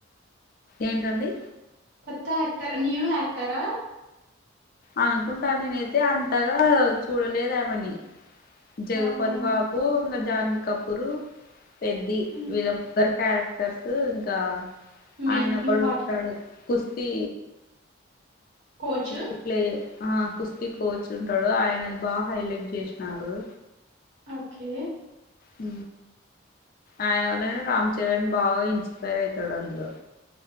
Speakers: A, on the left; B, on the right.
A: ఏంటండి?
B: కొత్త ఆక్టర్ నూ యాక్టరా?
A: అనుకుంటా నేనైతే అంతగా చూడలేదు ఆమెని జగపతి
B: అవునా
A: బాబు ఇంగ జాన్ కపురు పెద్ది
B: హ్మ్.
A: వీల్ల ముగ్గరు క్యారెక్టర్స్ ఇంకా
B: మెయిన్
A: ఆయన ఒకడుంటాడు
B: ఇంపార్టెంట్
A: కుస్తీ
B: కోచ్
A: కుస్తీ ప్లే ఆ కుస్తీ కోచ్ ఉంటాడు ఆయనది బాగా హైలైట్ చేసినారు
B: ఓకే
A: హ ఆయన వల్ల రామ్ చరణ్ బావ ఇన్స్పైర్ అయితాడు అందులో